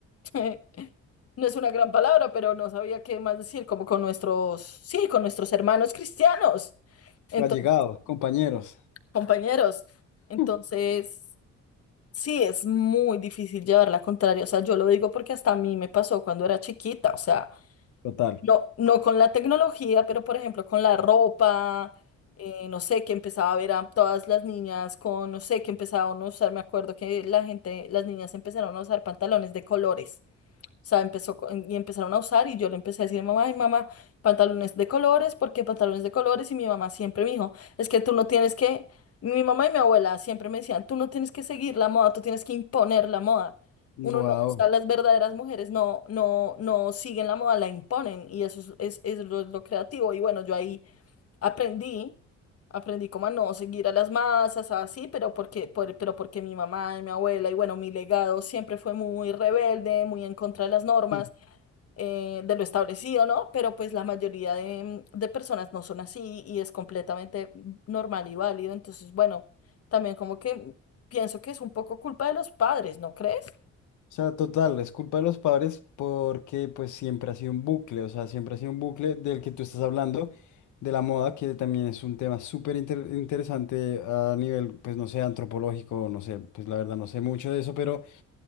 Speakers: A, on the left (about 50°); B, on the left (about 75°).
A: <laughs> No es una gran palabra, pero no sabía qué más decir, como con nuestros, sí, con nuestros hermanos cristianos, entonces,
B: Allegados, compañeros,
A: compañeros. Entonces.
B: <laughs>
A: Sí, es muy difícil llevar la contraria. O sea, yo lo digo porque hasta a mí me pasó cuando era chiquita. O sea,
B: total.
A: no, no con la tecnología, pero por ejemplo con la ropa, eh, no sé, que empezaba a ver a todas las niñas con, no sé, que empezaban a usar, me acuerdo que la gente, las niñas empezaron a usar pantalones de colores. O sea, empezó co- y empezaron a usar y yo le empecé a decir, a mi mamá, ay, mamá, pantalones de colores, ¿por qué pantalones de colores? Y mi mamá siempre me dijo, es que tú no tienes que, mi mamá y mi abuela siempre me decían, tú no tienes que seguir la moda, tú tienes que imponer la moda.
B: Wow.
A: Uno no, o sea, las verdaderas mujeres no, no, no siguen la moda, la imponen y eso es, es, es lo, lo creativo. Y bueno, yo ahí Aprendí, aprendí como a no seguir a las masas, así, pero porque, por- pero porque mi mamá y mi abuela y bueno, mi legado siempre fue muy rebelde, muy en contra de las normas,
B: O
A: eh, de lo establecido, ¿no? Pero pues la mayoría de, de personas no son así y es completamente normal y válido. Entonces, bueno, también como que pienso que es un poco culpa de los padres, ¿no crees?
B: sea, total, es culpa de los padres porque pues siempre ha sido un bucle, o sea, siempre ha sido un bucle del que tú estás hablando, de la moda, que también es un tema súper inter- interesante a nivel, pues no sé, antropológico, no sé, pues la verdad no sé mucho de eso, pero